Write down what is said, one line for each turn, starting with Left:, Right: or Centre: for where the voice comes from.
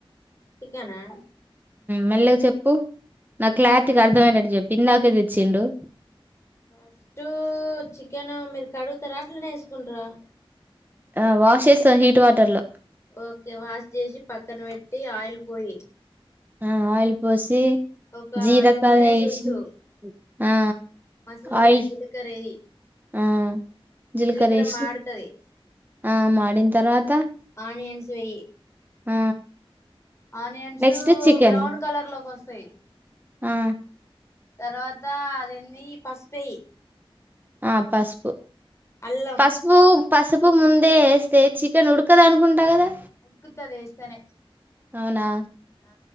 Left: చికనా
Right: మెల్లగా చెప్పు నాకు క్లారిటీకి అర్థమ్యనట్టు చెప్పి ఇందాకే తెచ్చిండు
Left: అస్టు చ ఇ మీరు కడు తరా స్కుంరా
Right: ఆ వాష్ చేస్తాం హీట్ వాటర్ లో
Left: ఓకే వాష్ చేసి పక్కన పెట్టి ఆయిల్ పోయి
Right: ఆ ఆయిల్ పోసి
Left: ఒక
Right: జీరకాయ
Left: టూ మినిట్స్
Right: వేసి
Left: ఉంచు
Right: ఆ
Left: మసులుతది
Right: ఆయిల్
Left: జీలకర్ర ఎయ్యి
Right: ఆ జీలక్ర
Left: జీలకర్ర
Right: వేసి
Left: మాడుతది
Right: ఆ మిన తర్వాత
Left: ఆనియన్స్ వెయ్యి
Right: ఆ
Left: onions
Right: next chicken
Left: brown colour లోకి వస్తాయి
Right: ఆ
Left: తర్వాత అదన్నీ పసుపు పే
Right: ఆ పసుపు
Left: అల్లం
Right: పస్బుక్ పసుపు ముందే ఏస్తే చికెన్ ఉడకదనుకుంట కదా
Left: ఉడుకుతది ఎస్తేనే
Right: అవునా
Left: ఆ